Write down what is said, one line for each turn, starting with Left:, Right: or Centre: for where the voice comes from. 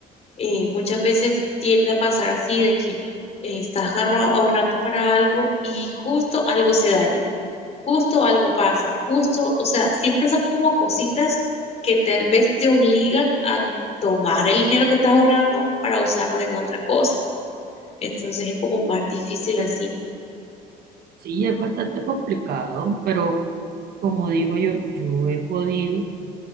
Left: Eh, muchas veces tiende a pasar así de que eh, estás ahorra- ahorrando para algo y justo algo se daña. justo algo pasa, justo, o sea, siempre son como cositas que tal vez te obligan a tomar el dinero que estás ahorrando para usarlo en otra cosa. Entonces es como más difícil así.
Right: Sí, es bastante complicado, pero como digo yo, yo he podido